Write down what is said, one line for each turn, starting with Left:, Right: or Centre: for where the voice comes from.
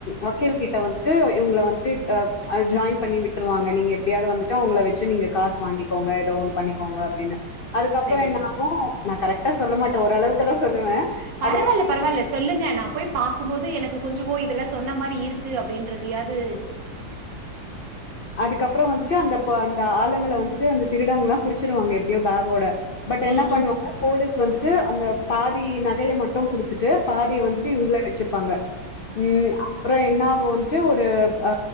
Left: வக்கீல் கிட்ட வந்துட்டு இவங்கள வந்துட்டு ஆ ஜாயின் பண்ணி விட்ருவாங்க நீங்க எப்டியாவது வந்துட்ட அவங்கள வச்சு நீங்க காசு வாங்கிக்கோங்க எதோ ஒண்ணு பண்ணிக்கோங்க அப்டின்னு அதுக்கப்ற
Right: சரி
Left: என்ன
Right: சரி
Left: ஆகு நா கரெக்ட் டா சொல்ல மாட்ட ஒரளவுக்கு தா சொல்லுவே
Right: பரவால்ல
Left: அதுக்கு
Right: பரவால்ல சொல்லுங்க நா போய் பாக்கும்போது எனக்கு கொஞ்சமோ இதெலா சொன்ன மாரி இருக்கு அப்டின்றதயாவது
Left: அதுக்கப்ற வந்துட்டு அந்த அந்த ஆள வந்துட்டு அந்த திருடங்கலா புடிச்சிடுவாங்க எப்டியோ பேஹோட பட் என்ன
Right: ம்
Left: பண்ணுவாங்க
Right: ம்
Left: போலீஸ் வந்துட்டு அந்த பாதி நகைய மட்டூ குடுத்துட்டு பாதிய வந்துட்டு
Right: ம்
Left: இவங்கள வச்சு ப்பாங்க ம் அப்ற என்ன போ வந்துட்டு ஒரு ஆ